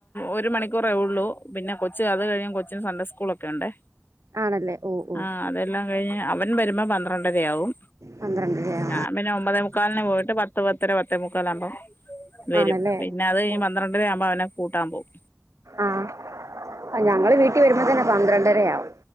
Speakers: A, on the left; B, on the right.
A: ഒരു മണിക്കൂറേ ഉള്ളു പിന്നെ കൊച്ച് അത് കഴിഞ്ഞ് കൊച്ചിന് സൺഡേ സ്കൂളൊക്കെ ഉണ്ട്.
B: ആണല്ലേ ഓ ഓ
A: ആ അതെല്ലാം കഴിഞ്ഞ് അവൻ വരുമ്പോ പന്ത്രണ്ടരയാവും.
B: പന്ത്രണ്ടരയോ?
A: ഞാൻ പിന്നെ ഒമ്പതേ മുക്കാലിന് പോയിട്ട് പത്ത് പത്തര പത്തേ മുക്കാലാവുമ്പോ വരും
B: ആണല്ലേ
A: പിന്നെ അത് കഴിഞ്
B: ഓ
A: പന്ത്രണ്ടര ആവുമ്പോ അവനെ കൂട്ടാൻ പോവും.
B: ആഹ ഞങ്ങള് വീട്ടിൽ വരുമ്പോ തന്നെ പന്ത്രണ്ടരയാവും.